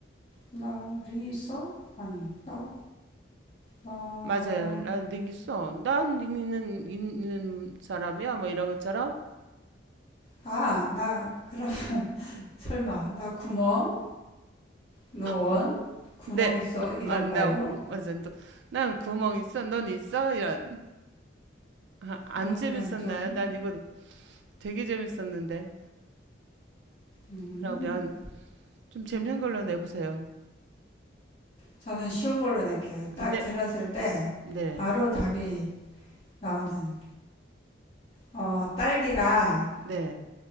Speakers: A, on the left; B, on the right.
A: 나, 링 있어? 아니, 나, 나,
B: 맞아요. 난 능 있어. 난 닉 있는 있는 사람이야. 뭐 이런 것처럼.
A: 아, 나, 그럼, <laughs> 설마, 나 구멍? 노원,
B: 뭐,
A: 구멍
B: 네.
A: 있어 이런
B: 아, 나
A: 거예요.
B: 맞아. 너- 난 구멍 있어. 넌 있어. 이런. 아, 안
A: 아
B: 재밌었나요?
A: 이건 좀
B: 난 이거 되게 재밌었는데.
A: 음,
B: 그러면 좀 재밌는 걸로 내보세요.
A: 저는 쉬운 걸로 낼게요. 딱
B: 네,
A: 들었을 때
B: 네,
A: 바로 답이 나오는 어, 딸기가
B: 네.